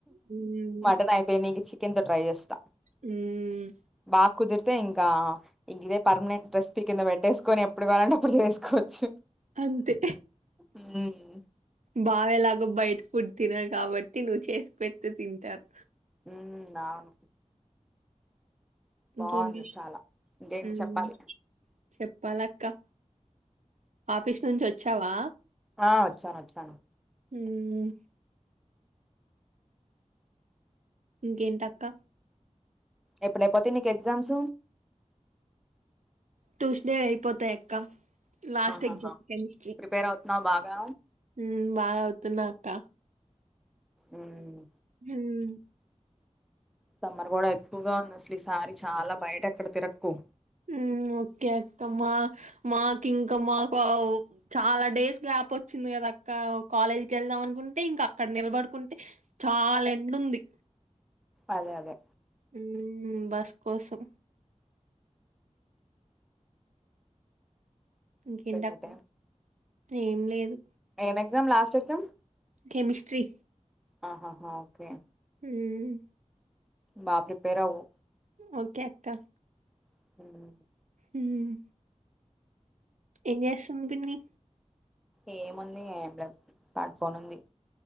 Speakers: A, on the right (about 75°); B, in the centre.
A: హ్మ్.
B: మటన్ అయిపోయింది ఇంక చికెన్తో ట్రై చేస్తా
A: హ్మ్.
B: బా కుదిరితే ఇంకా ఇక ఇదే పర్మనెంట్ రెసిపీ కింద పెట్టేసుకొని ఎప్పుడు కావాలంటే అప్పుడు చేసుకోవచ్చు
A: అంతే
B: ఉమ్
A: బావేలాగో బయట ఫుడ్ తినరు కాబట్టి నువ్వు చేసి పెట్టు తింటారు
B: ఉమ్ అవును
A: ఇంకేంటి
B: బాగుంది చాలా ఇంకేంటి
A: ఉమ్
B: చెప్పాలి
A: చెప్పాలక్క ఆఫీస్ నుంచి వచ్చావా
B: ఆ వచ్చాను వచ్చాను
A: ఉమ్ ఇంకేంటక్క
B: ఎప్పుడైపోతయి నీకు ఎగ్జామ్స్
A: ట్యూస్డే అయిపోతాయి అక్క లాస్ట్
B: ఆహాహా
A: ఎగ్జామ్ కెమిస్ట్రీ
B: ప్రిపేర్ అవుతున్నావు బాగా
A: ఉమ్ బా చదువుతున్నాక్క
B: ఉమ్
A: ఉమ్
B: సమ్మర్ కూడా ఎక్కువగా ఉంది అసలు ఈసారి చాలా బయట ఎక్కడ తిరక్కు
A: ఉమ్ ఓకే అక్క మా మాకు ఇంకా మాకు చాలా డేస్ గ్యాప్ వచ్చింది కదక్క కాలేజీకి వెళ్దా అనుకుంటే ఇంకా అక్కడ నిలబడుకుంటే చాలా ఎండుంది
B: అదే అదే
A: ఉమ్ బస్ కోసం ఇంకేంటక్క
B: అయిపోయిందయితే
A: ఏం లేదు
B: ఏం ఎగ్జామ్ లాస్ట్ ఎగ్జామ్
A: కెమిస్ట్రి
B: ఆహాహా ఓకే
A: ఉమ్
B: బా ప్రిపేర్ అవు
A: ఓకే అక్క
B: <inaudible>
A: ఉమ్ ఏం చేస్తుంది పిన్ని
B: ఏముంది సఏం లేదు పడుకోని ఉంది